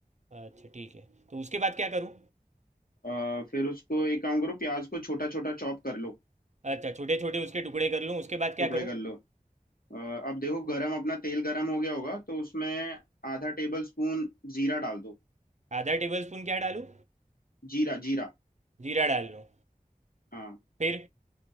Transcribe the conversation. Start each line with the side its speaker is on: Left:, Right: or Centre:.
Right: अच्छा ठीक है तो उसके बाद क्या करूँ
Left: अ, फिर उसको एक काम करो प्याज को छोटा छोटा चॉप कर लो
Right: अच्छा छोटे छोटे उसके टुकड़े कर लूँ उसके बाद क्या
Left: टुकड़े
Right: करूँ
Left: कर लो अ, अब देखो गरम अपना तेल गरम हो गया होगा तो उसमें आधा टेबल स्पून जीरा डाल दो
Right: आधा टेबल स्पून क्या डालूँ
Left: जीरा जीरा
Right: जीरा डाल लूँ
Left: हाँ
Right: फिर